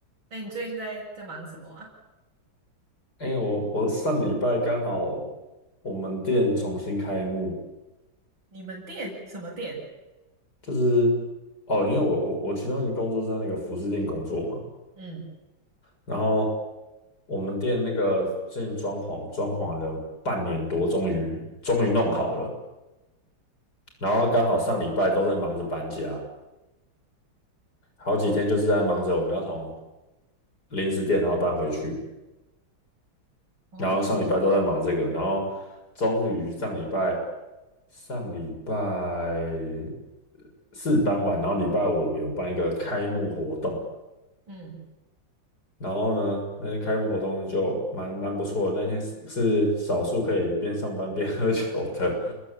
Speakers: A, on the right; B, on the left.
A: 那你最近在在忙什么啊？
B: 哎、我我上礼拜刚好我们店重新开幕，
A: 你们店什么店？
B: 就是哦，因为我我我其中一个工作是在那个服饰店工作嘛，
A: 嗯
B: 然后我们店那个最近装潢装潢了半年多，终于终于弄好了，然后刚好上礼拜都在忙着搬家，好几天就是在忙着我们要从零食店然后搬回去，
A: 哦，
B: 然后上礼拜都在忙这个，然后终于上礼拜上礼拜四搬晚，然后礼拜五我们有办一个开幕活动，
A: 嗯，
B: 然后呢，那天开幕活动呢就蛮蛮不错的，那天是是少数可以边上班边 <laughs> 喝酒的